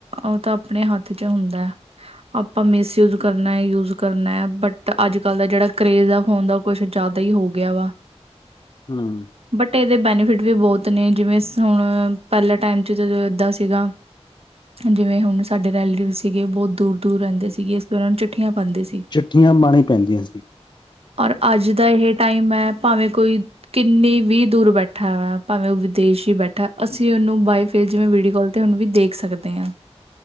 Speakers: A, on the right (about 60°); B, on the left (about 40°).
A: ਉਹ ਤਾਂ ਆਪਣੇ ਹੱਥ 'ਚ ਹੁੰਦਾ ਹੈ, ਆਪਾਂ ਮੇਸ ਯੂਜ਼ ਕਰਨਾ ਹੈ, ਯੂਜ ਕਰਨਾ ਹੈ ਬਟ ਤਾਂ ਅੱਜ ਕਲ੍ਹ ਦਾ ਜਿਹੜਾ ਕਰੇਜ ਆ ਫੋਨ ਦਾ, ਉਹ ਕੁਛ ਜ਼ਿਆਦਾ ਹੀ ਹੋ ਗਿਆ ਵਾ।
B: ਹਮ।
A: ਬਟ ਇਹਦੇ ਬੈਨੀਫਿਟ ਵੀ ਬਹੁਤ ਨੇ, ਜਿਵੇਂ ਹੁਣ ਪਹਿਲਾਂ ਟਾਈਮ 'ਚ ਜਦੋਂ ਇੱਦਾਂ ਸੀਗਾ, ਜਿਵੇਂ ਹੁਣ ਸਾਡੇ ਰੈਲੇਟਿਵ ਸੀਗੇ ਬਹੁਤ ਦੂਰ ਦੂਰ ਰਹਿੰਦੇ ਸੀਗੇ, ਇਸ ਦੌਰਾਨ ਚਿੱਠੀਆਂ ਪਾਉਂਦੇ ਸੀ।
B: ਚਿੱਠੀਆਂ ਪਾਣੀ ਪੈਂਦੀਆਂ ਸੀ
A: ਔਰ ਅੱਜ ਦਾ ਇਹ ਟਾਈਮ ਹੈ, ਭਾਵੇਂ ਕੋਈ ਕਿੰਨੀ ਵੀ ਦੂਰ ਬੈਠਾ ਵਾ, ਭਾਵੇਂ ਉਹ ਵਿਦੇਸ਼ ਹੀ ਬੈਠਾ, ਅਸੀਂ ਉਹਨੂੰ ਬਾਏ ਫੇਸ ਜਿਵੇਂ ਵੀਡੀਓ ਕਲ ਤੇ, ਹੁਣ ਵੀ ਦੇਖ ਸਕਦੇ ਹਾਂ।